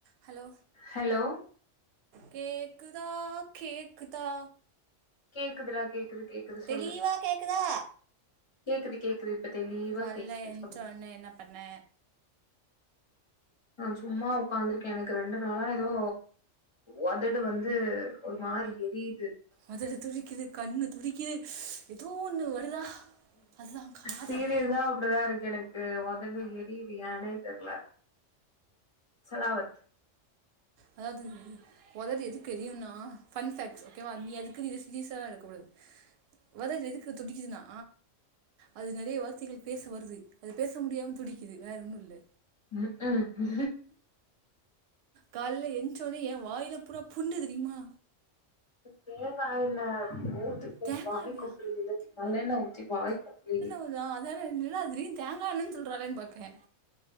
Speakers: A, on the right (about 65°); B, on the left (about 30°).
A: Hello
B: hello
A: கேக்குதா கேக்குதா
B: கேக்குதுடா கேக்குது கேக்குது சொல்லு
A: தெளிவா கேக்குதா
B: கேக்குது கேக்குது இப்ப தெளிவா
A: கால்ல
B: கேக்குது
A: எந்ச்ச
B: சொல்லு
A: ஒட்னே என்ன பண்ண
B: நா சும்மா உக்காந்துருக்கே எனக்கு ரெண்டு நாளா எதோ ஒதடு வந்து ஒரு மாரி எரிது
A: ஒதடு துடிக்குது கண்ணு துடிக்குது எதோ ஒண்ணு வருதா அதுதா காதல்
B: சீரியஸா அப்டிதா இருக்கு எனக்கு ஒதடு எரிது ஏனே தெர்ல சலாவத்
A: அதாவது ஒதடு எதுக்கு எரியும்னா பன் பேக்ட்ஸ் ஓகேவா நீ அதுக்குன்னு எது சீரிசாலா இருக்கக்கூடாது ஒதடு எதுக்கு துடிக்குதுனா அது நெறைய வார்த்தைகள் பேச வருது அது பேச முடியாம துடிக்குது வேற ஒன்னு இல்ல
B: ம் கும்
A: காலேல எந்ச்சவுனே ஏ வாயில பூரா புண்ணு தெரியுமா
B: தேங்கா எண்ண ஊத்தி கொப்
A: தேங்கா
B: வாய்
A: எண்ணெயா
B: கொப்புளில நல்லெண்ண ஊத்தி வாய் கொப்புளி
A: உப்புதா அதாடா என்னடா திடீர்னு தேங்கா எண்ணன் சொல்றாலேன் பாக்கே